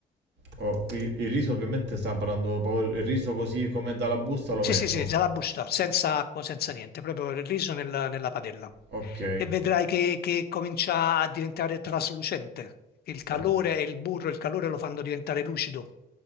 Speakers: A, on the right (about 70°); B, on the left (about 60°).
A: Oh, il, il riso ovviamente sta parlando proprio il riso così come dalla busta lo
B: Sì,
A: metto.
B: sì, sì, la busta, senza acqua, senza niente, proprio il riso nella nella padella.
A: Ok,
B: E vedrai che, che comincia a diventare traslucente. Il calore
A: ah,
B: e il burro, il calore lo fanno diventare lucido.